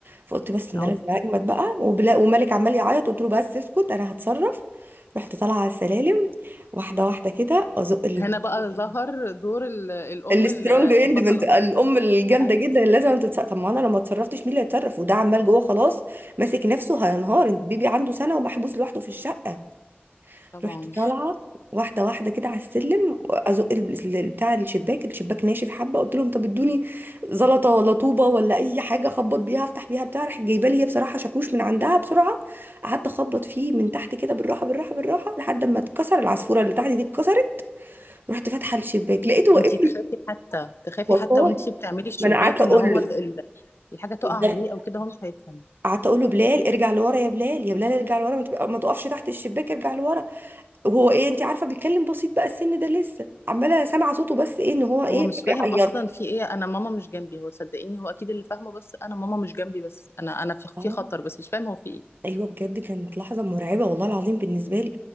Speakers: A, on the right; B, on the left.
A: فقلت بس انا
B: اه
A: لازم اجمد بقى وبلا ومالك عمال يعيط قلت له بس اسكت انا هتصرف رحت طالعه على السلالم واحده واحده كده ازق ال...
B: هنا بقى ظهر دور ال- الام
A: السترونج
B: ال- البطله
A: اندبنت الام الجامده
B: ايوه
A: جدا اللي لازم تتصرف طب ما انا لو ما اتصرفتش مين اللي هيتصرف وده عمال جوه خلاص ماسك نفسه هينهار البيبي عنده سنه ومحبوس لوحده في الشقه
B: طبعا
A: رحت طالعه واحده واحده كده على السلم ازق ال- ال- بتاع الشباك الشباك ناشف حبه قلت لهم طب ادوني زلطه ولا طوبه ولا اي حاجه اخبط بيها افتح بيها بتاع راحت جايبه لي هي بصراحه شاكوش من عندها بسرعه قعدت اخبط فيه من تحت كده بالراحه بالراحه بالراحه لحد ما اتكسر العصفوره اللي تحت دي اتكسرت رحت فاتحه الشباك لقيته واقف
B: انتي تخافي
A: لي
B: حتى تخافي
A: والله
B: حتى وانتي بتعملي الشباك
A: ما انا قعدت اقول
B: ان هو
A: له
B: ال... ال- الحاجه تقع
A: بالظبط
B: عليه او كده هو مش هيفهم
A: قعدت اقول له بلال ارجع لورا يا بلال يا بلال ارجع لورا ما تبقى- ما تقفش تحت الشباك ارجع لورا وهو ايه انت عارفه بيتكلم بسيط بقى السن ده لسه عماله سامعه صوته بس ايه ان هو ايه
B: هو مش فاهم
A: بيعيط
B: اصلا في ايه انا ماما مش جنبي هو صدقيني هو اكيد اللي فاهمه بس انا ماما مش جنبي بس انا انا في
A: اه
B: في خطر بس مش فاهم هو في ايه
A: ايوه بجد كانت لحظه مرعبه والله العظيم بالنسبه لي